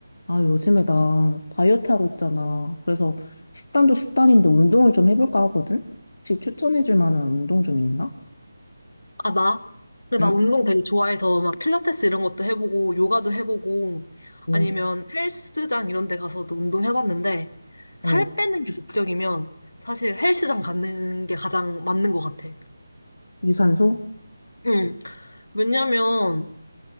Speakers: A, on the left (about 70°); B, on the left (about 85°).
A: 아, 요즘에 나 다이어트 하고 있잖아. 그래서 식단도 식단인데 운동을 좀 해볼까 하거든? 혹시 추천해줄 만한 운동 좀 있나?
B: 아, 나? 근데
A: 응
B: 나 운동 되게 좋아해서 막 필라테스 이런 것도 해보고 요가도 해보고
A: 오,
B: 아니면 헬스장 이런 데 가서도 운동 해봤는데 살
A: 어,
B: 빼는 게 목적이면 사실 헬스장 가는 게 가장 맞는 것 같아.
A: 유산소?
B: 응. 왜냐면